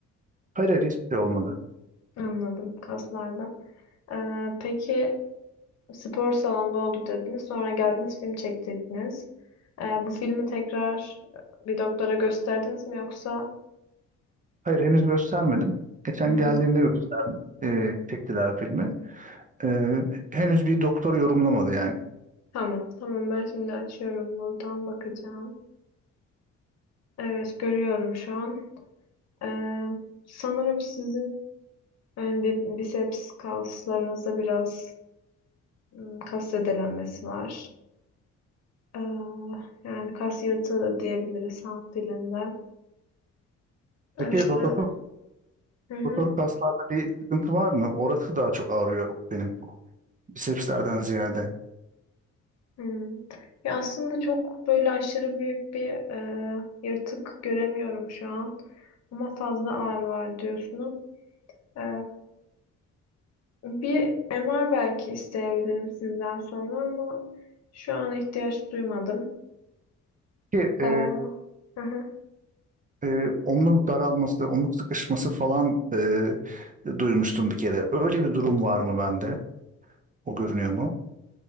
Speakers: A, on the right; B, on the left.
A: Hayır hayır hiçbir şey olmadı.
B: Anladım kaslarda. E, peki spor salonunda oldu dediniz. Sonra geldiniz film çektirdiniz. E, bu filmi tekrar e, bir doktora gösterdiniz mi yoksa?
A: Hayır henüz göstermedim. Geçen
B: Hı hı.
A: geldiğimde göster e, çektiler filmi. E, henüz bir doktor yorumlamadı yani.
B: Tamam. Tamam ben şimdi açıyorum buradan bakacağım. Evet görüyorum şu an. E, sanırım sizin Ön bi- biceps kaslarınızda biraz ım, kas zedelenmesi var. Ee, yani kas yırtığı da diyebiliriz halk dilinde.
A: Peki
B: Ee,
A: rotator,
B: hı hı,
A: rotator kaslarda bir sıkıntı var mı? Orası daha çok ağrıyor benim bisepslerden ziyade.
B: hı. Ya aslında çok böyle aşırı büyük bir e, yırtık göremiyorum şu an. Ama fazla ağrı var diyorsunuz. Ee, bir MR belki isteyebilirim sizden sonra ama şu an ihtiyaç duymadım.
A: Ki e,
B: Ee, <laughs> hı hı.
A: e, omuz daralması, omuz sıkışması falan e, duymuştum bir kere. Öyle bir durum var mı bende? O görünüyor mu?